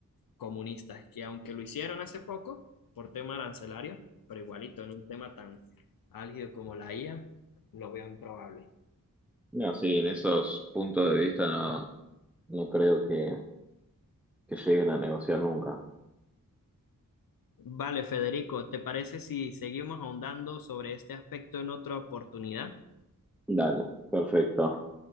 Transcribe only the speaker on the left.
comunistas, que aunque lo hicieron hace poco por tema arancelario, pero igualito en un tema tan álgido como la IA, lo veo improbable.
Vale, Federico, ¿te parece si seguimos ahondando sobre este aspecto en otra oportunidad?